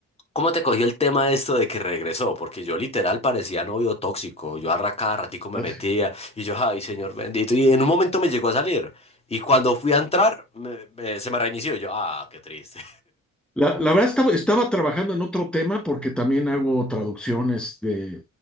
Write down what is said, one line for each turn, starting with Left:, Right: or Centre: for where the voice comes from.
Left: ¿Cómo te cogió el tema de esto de que regresó? Porque yo literal parecía novio tóxico. Yo arra cada ratico me
Centre: Ah,
Left: metía
Centre: sí.
Left: y yo, ay, señor bendito. Y en un momento me llegó a salir. Y cuando fui a entrar, me- me- se me reinició. y Yo, ah, qué triste.
Centre: La, la verdad estaba, estaba trabajando en otro tema porque también hago traducciones de,